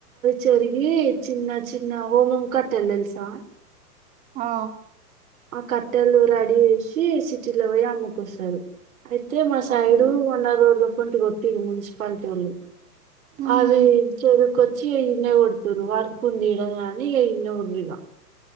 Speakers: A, on the right; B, on the right.
A: జరిగి చిన్న చిన్న హోమం కట్టాలు తెలుసా
B: ఆ
A: ఆ కట్టెలు రెడీ చేసి సిటీలో పోయి అమ్ముకుంటారు అయితే మా సైడు
B: ఓహో
A: మొన్న రోడ్ల పొంట కొట్టిర్రు మున్సిపాలిటీ వాళ్ళు
B: ఉహు
A: అవి చెరుకుచ్చి ఈన్నే కొడుతుండ్రు వర్క్ ఉంది కదా ఈడ్నే కొడుతుండ్రు